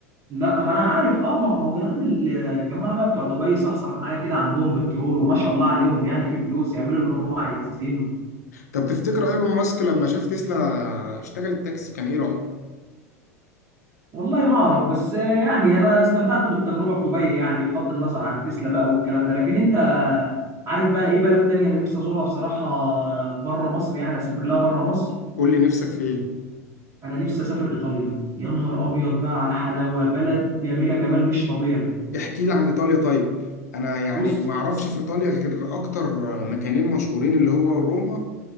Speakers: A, on the right (about 40°); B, on the left (about 80°).
A: لا ما أنا عارف أه ما ما هو يا عم الجماعة بقى بتوع دبي صحصح معايا كده عندهم بترول وما شاء الله عليهم يعني في فلوس يعملوا اللي هم عايزينه
B: طب تفتكر ايلون ماسك لما شاف تسلا اشتغلت تاكسي كان ايه رايه
A: والله ما أعرف بس يعني أنا استمتعت بالتجربة في دبي يعني بغض النظر عن تسلا بقى والكلام ده لكن أنت عارف بقى إيه بلد تانية أنا نفسي أزورها بصراحة بره مصر يعني أسافر لها بره مصر
B: قول لي نفسك في ايه
A: انا نفسي اسافر ايطاليا يا نهار ابيض بقى على الحلاوه بلد جميله جمال مش طبيعي
B: احكي لي عن ايطاليا طيب انا يعني
A: بص
B: ما اعرفش في ايطاليا غير اكتر مكانين مشهورين اللي هو روما